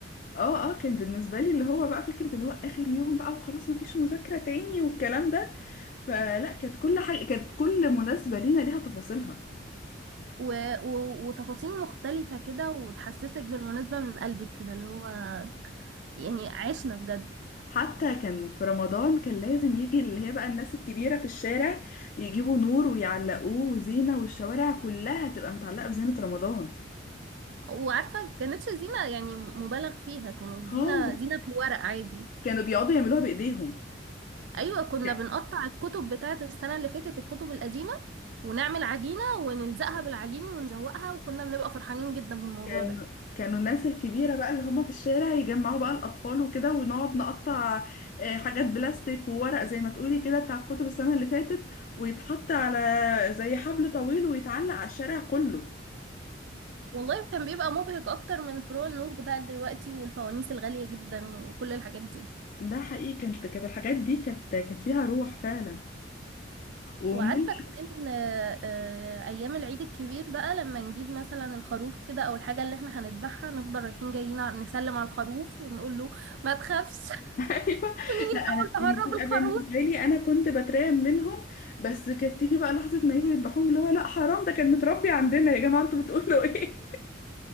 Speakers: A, on the left (about 45°); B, on the right (about 65°).
A: اه اه كان بالنسبه لي اللي هو بقى فكره اللي هو اخر يوم بقى وخلاص مفيش مذاكره تاني والكلام ده فلا كانت كل حاجه كانت كل مناسبه لينا ليها تفاصيلها
B: و... و... وتفاصيل مختلفه كده وتحسسك بالمناسبه من قلبك كده اللي هو يعني عشنا بجد
A: حتى كان في رمضان كان لازم يجي اللي هي بقى الناس الكبيره في الشارع يجيبوا نور ويعلقوه وزينه والشوارع كلها تبقى متعلقه بزينه رمضان
B: وعارفه كانتش زينه يعني مبالغ فيها كانت
A: خالص.
B: زينه زينه في الورق عادي
A: كانوا بيقعدوا يعملوها بايديهم
B: ايوه كنا
A: يعني
B: بنقطع الكتب بتاعه السنه اللي فاتت الكتب القديمه ونعمل عجينه ونلزقها بالعجين ونزوقها وكنا بنبقى فرحانين جدا بالموضوع
A: كان
B: ده
A: كانوا الناس الكبيرة بقى اللي هم في الشارع يجمعوا بقى الأطفال وكده ونقعد نقطع آه، حاجات بلاستيك وورق زي ما تقولي كده بتاع الكتب السنة اللي فاتت ويتحط على زي حبل طويل ويتعلق على الشارع كله
B: والله كان بيبقى مبهج اكتر من فروع النور بتاعت دلوقتي والفوانيس الغالية جدا وكل الحاجات دي
A: ده حقيقي كانت كانت الحاجات دي كانت كانت فيها روح فعلا ومن
B: وعارفة
A: ال-
B: كمان آه، آه، ايام العيد الكبير بقى لما نجيب مثلا الخروف كده او الحاجة اللي احنا هنذبحها نفضل رايحين جايين ع- نسلم على الخروف ونقول له ما تخافش <laughs>
A: <laughs> ايوه
B: ونيجي
A: لا
B: نحاول
A: انا كان
B: نهرب
A: بيبقى
B: الخروف
A: بالنسبه لي انا كنت بترعب منهم بس كانت تيجي بقى لحظه ما يجوا يذبحوهم اللي هو لا حرام ده كان متربي عندنا يا جماعه انتوا بتقولوا ايه